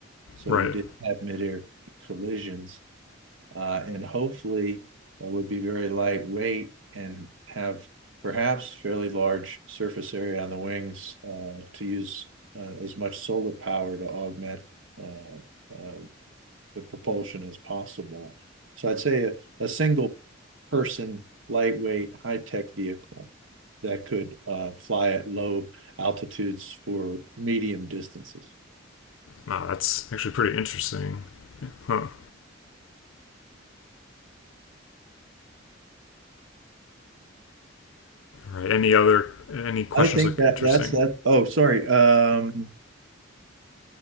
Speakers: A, on the right; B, on the left.
A: So
B: right.
A: you did not have midair collisions. Uh, and hopefully it would be very lightweight and have perhaps fairly large surface area on the wings uh, to use uh, as much solar power to augment uh, uh, the propulsion as possible. So I'd say a, a single person, lightweight, high tech vehicle that could uh, fly at low altitudes for medium distances.
B: Wow, that's actually pretty interesting. Huh. All right. Any other any questions
A: I think
B: look
A: that
B: interesting?
A: that's that. Oh, sorry. Um,